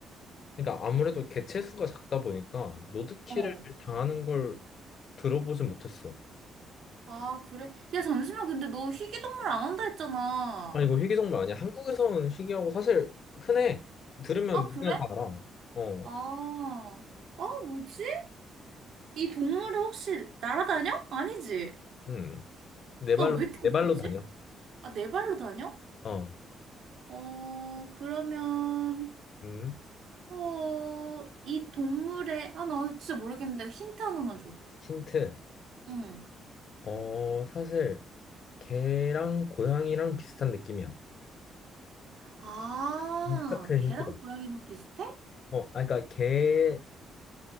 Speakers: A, on the left (about 55°); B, on the right (about 70°).
A: 그러니까 아무래도 개체 수가 작다 보니까 로드킬을
B: 어.
A: 당하는 걸 들어보진 못했어.
B: 아, 그래? 야, 잠시만. 근데 너 희귀동물 안 한다 했잖아.
A: 아니, 이거 희귀종말 아니야? 한국에서는 희귀하고 사실 흔해. 들으면
B: 아, 그래?
A: 그냥 다 알아. 어,
B: 아, 아, 뭐지? 이 동물이 혹시 날아다녀? 아니지.
A: 음. 네
B: 나
A: 발로,
B: 왜 이렇게
A: 네
B: 못하지?
A: 발로 다녀.
B: 아, 네 발로 다녀?
A: 어,
B: 어, 그러면,
A: 음.
B: 어, 이 동물의, 아, 나 진짜 모르겠는데 힌트 하나만 줘.
A: 힌트.
B: 응.
A: 어, 사실 개랑 고양이랑 비슷한 느낌이야.
B: 아,
A: 진짜 큰
B: 걔랑
A: 힌트다.
B: 고양이랑 비슷해?
A: 어, 아, 그러니까 개,